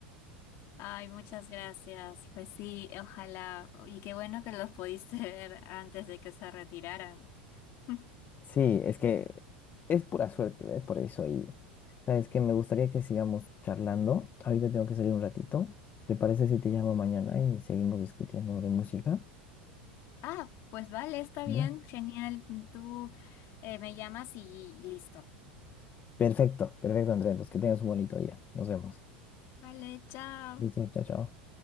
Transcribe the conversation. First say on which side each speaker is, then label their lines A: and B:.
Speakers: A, on the left; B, on the left.
A: Ay, muchas gracias. Pues sí, ojalá. Y qué bueno que los pudiste <laughs> ver antes de que se retiraran. <laughs>
B: Sí, es que es pura suerte, ¿eh? Por eso. Y sabes que me gustaría que sigamos charlando. Ahorita tengo que salir un ratito. ¿Te parece si te llamo mañana y seguimos discutiendo de música?
A: Ah, pues vale, está
B: ¿Ya?
A: bien, genial. Tú eh, me llamas y listo.
B: Perfecto, perfecto, Andrés. Entonces, que tengas un bonito día. Nos vemos.
A: Vale, chao.
B: Listo, chao, chao.